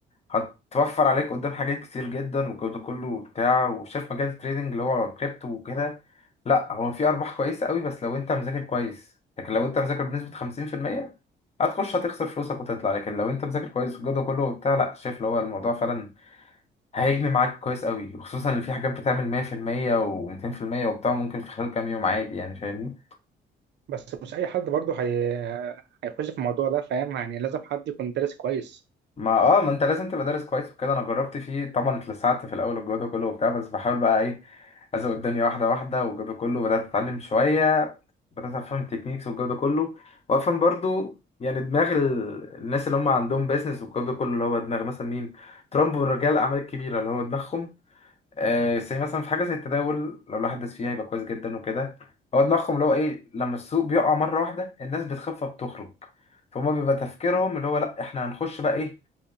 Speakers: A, on the left; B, on the right.
A: هتوفر عليك قدام حاجات كتير جدا والجو ده كله وبتاع وشايف مجال التريدنج اللي هو كريبتو وكده لا هو في ارباح كويسه قوي بس لو انت مذاكر كويس لكن لو انت مذاكر بنسبه 50% هتخش هتخسر فلوسك وتطلع لكن لو انت مذاكر كويس والجو ده كله وبتاع لا شايف اللي هو الموضوع فعلا هيجني معاك كويس قوي وخصوصا ان في حاجات بتعمل 100% و200% وبتاع ممكن في خلال كام يوم عادي يعني فاهمني
B: بس مش أي حد برضو هي... هيخش في الموضوع ده فاهم يعني لازم حد يكون دارس كويس
A: ما اه ما انت لازم تبقى دارس كويس وكده انا جربت فيه طبعا اتلسعت في الاول والجو ده كله وبتاع بس بحاول بقى ايه ازق الدنيا واحده واحده والجو ده كله بدات اتعلم شويه بدأت أفهم تكنيكس والجو ده كله وأفهم برضو يعني دماغ ال- الناس اللي هم عندهم بيزنس والجو ده كله اللي هو دماغ مثلا مين ترامب ورجال الأعمال الكبيرة اللي هو دماغهم آه زي مثلا في حاجة زي التداول لو الواحد داس فيها يبقى كويس جدا وكده هو دماغهم اللي هو إيه لما السوق بيقع مرة واحدة الناس بتخاف فبتخرج فهم بيبقى تفكيرهم اللي هو لأ إحنا هنخش بقى إيه